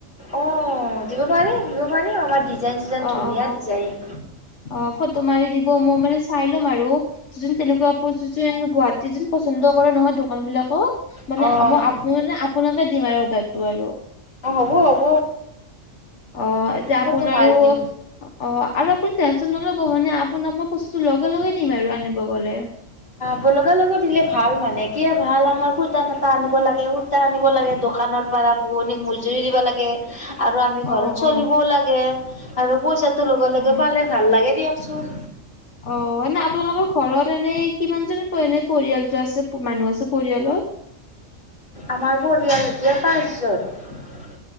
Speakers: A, on the left; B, on the left.
A: অ দিব পাৰি। দিব পাৰি আমাৰ ডিজাইন চিজাইন
B: অ',
A: ধুনীয়া
B: অ',
A: ডিজাইন।
B: অ', ফটো মাৰি দিব মই মানে চাই লম আৰু। যোন তেনেকুৱা কাপোৰ গুৱাহাটী যোন পচন্দ কৰে নহয় দোকান বিলাক। কত? মানে
A: অ', অ'।
B: আ মানে আপোনাৰ পা দিম আৰু অদাৰ টো আৰু।
A: অ হ'ব হ'ব।
B: অ এতিয়া
A: ফটো
B: আপোনাৰো
A: মাৰি দিম
B: অ আৰু আপুনি টেনচন নল'ব মানে আপোনাক মই বস্তুটো লগে লগে দিম আৰু আনিব গলে।
A: ব লগা লগত দিলে ভাল মানে। কিয় ভাল আমাৰ সূতা নটা আনিব লাগে সূতা আনিব লাগে দোকানৰ পাৰা। বোৱনিক মজদুৰি দিব লাগে আৰু আমি ঘৰত
B: অ
A: চলিবও
B: অ
A: লাগে। আৰু পইচা তো লগে
B: অ।
A: লগে পালে ভাল লাগে দিয়াক। চল
B: অ এনে আপোনালোকৰ ঘৰত এনেই কিমান জন এনেই পৰিয়ালটো আছে? মানুহ আছে পৰিয়ালত?
A: আমাৰ পৰিয়াল এতিয়া পাঁচ জন। <unintelligible>